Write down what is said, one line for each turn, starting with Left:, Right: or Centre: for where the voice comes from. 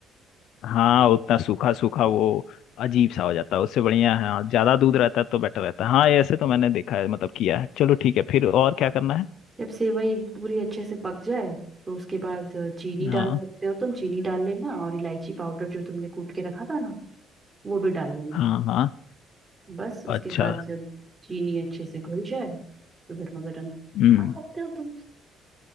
Left: हाँ उतना सूखा सूखा वो अजीब सा हो जाता है उससे बढ़िया है हाँ ज्यादा दूध रहता है तो बेटर रहता है हाँ ऐसे तो मैंने देखा है मतलब किया है चलो ठीक है फिर और क्या करना है
Right: जब सेवई पूरी अच्छे से पक जाए तो उसके बाद अ, चीनी
Left: हाँ
Right: डाल सकते हो तुम चीनी डाल लेना और इलायची पाउडर जो तुमने कूट के रखा था ना वो भी डाल लेना
Left: हाँ हाँ
Right: बस उसके
Left: अच्छा
Right: बाद जब चीनी अच्छे से घुल जाए तो गर्मा गर्म
Left: हम्म
Right: खा सकते हो तुम